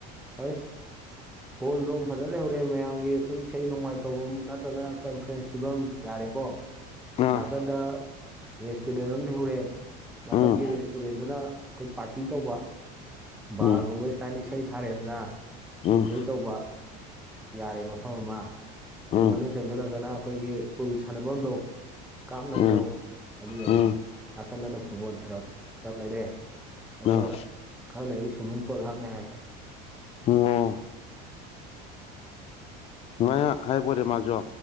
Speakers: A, in the centre; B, on the left (about 30°).
A: ꯇꯩꯁ ꯍꯣꯜꯗꯣꯝ ꯐꯖꯅ ꯂꯩꯍꯧꯔꯛꯑꯦ ꯃꯌꯥꯝꯒꯤ ꯑꯩꯈꯣꯏ ꯏꯁꯩ ꯅꯣꯡꯃꯥꯏ ꯇꯧꯐꯝ ꯅꯠꯇ꯭ꯔꯒꯅ ꯀꯟꯐ꯭ꯔꯦꯟꯁ ꯁꯤꯤꯐꯝ ꯌꯥꯔꯦꯀꯣ
B: ꯑꯥ
A: ꯅꯥꯀꯟꯗ ꯔꯦꯁꯇꯨꯔꯦꯟ ꯑꯃ ꯂꯩ ꯍꯧꯔꯦ ꯅꯥꯀꯟꯒꯤ
B: ꯎꯝ
A: ꯔꯦꯁꯇꯨꯔꯦꯟꯗꯨꯅ ꯑꯩꯈꯣꯏ ꯄꯥꯔꯇꯤ ꯇꯧꯕ ꯕꯥꯔꯒꯨꯝꯕ
B: ꯎꯝ
A: ꯏꯁꯇꯥꯏꯅ ꯊꯥꯔꯦꯗꯅ ꯑꯦꯟꯖꯣꯏ
B: ꯎꯝ
A: ꯇꯧꯕ ꯌꯥꯔꯦ ꯃꯐꯝ ꯑꯃ ꯑꯗꯨꯏ
B: ꯎꯝ
A: ꯃꯅꯨꯡ ꯆꯪꯁꯤꯜꯂꯒꯅ ꯑꯩꯈꯣꯏꯒꯤ ꯄꯨꯜ ꯁꯥꯟꯅꯐꯝꯗꯣ ꯀꯥꯞꯅꯕꯗꯣ
B: ꯎꯝ
A: ꯑꯗꯨ ꯂꯩꯔꯦ
B: ꯎꯝ
A: ꯅꯥꯀꯟꯗꯅ ꯐꯨꯠꯕꯣꯜ ꯇ꯭ꯔꯞ ꯗ꯭ꯔꯞ ꯂꯩꯔꯦ ꯑꯗꯨꯒ
B: ꯑꯥ
A: ꯈꯔ ꯂꯩꯔꯤ ꯁ꯭ꯋꯤꯝꯃꯤꯡ ꯄꯣꯜ ꯍꯥꯞꯅꯤ ꯍꯥꯏ
B: ꯑꯣ ꯉꯥꯏꯍ ꯍꯥꯏꯕꯣꯔꯦ ꯃꯥꯖꯣ